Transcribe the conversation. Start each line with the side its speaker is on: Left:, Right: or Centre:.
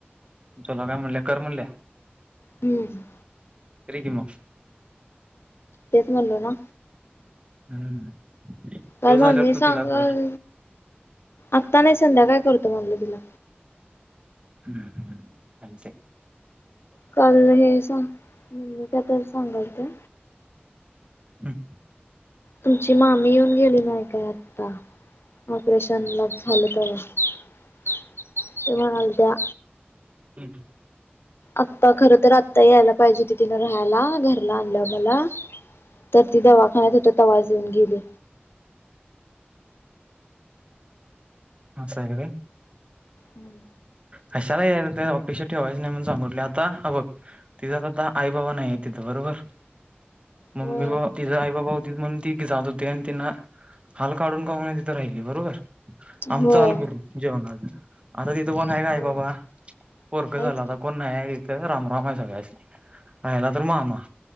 Right: तूला काय म्हणल्या कर म्हणल्या?
Left: हम्म.
Right: कर की मग.
Left: तेच म्हणलो ना.
Right: हम्म. त्यो
Left: काल
Right: झाल्यावर
Left: मम्मी
Right: तू
Left: सांगाल
Right: तिला कर
Left: आत्ता नाही संध्याकाळी करतो म्हणलं तिला.
Right: हम्म. आमचे
Left: काल हे सां मी त्या तर सांगालतो
Right: हम्
Left: तुमची मामी येऊन गेली नाही काय आता. ऑपरेशन ला झालं तेव्हा ते म्हणलंत्या
Right: हम्म.
Left: आता खर तर आत्ता यायला पाहिजे त तिनं राहायला घरला आणल्या मला, तर ती दवाखान्यात होता तवाच येऊन गेली.
Right: असं आहे होय?
Left: हम्म.
Right: कशाला या ते अपेक्षा ठेवायचं नाही म्हण सांगटलोय आता हबघ तिचा तर आता आई बाबा नाहीय तिथं बरोबर मम्मी
Left: होय
Right: बा तिझ आई बाबा होतीत म्हणून त जात होती आणि तिनं हाल काढून काढून तिथे राहिली बरोबर
Left: होय
Right: आमच हाल करू जेवणाच आता तिथं कोण आहे
Left: होय
Right: का आहे बाबा परख
Left: नाहीच
Right: झाला आता
Left: की
Right: कोण नाही आहे ती ते रामराम आहे सगळ्यास नी. राहिला तर मामा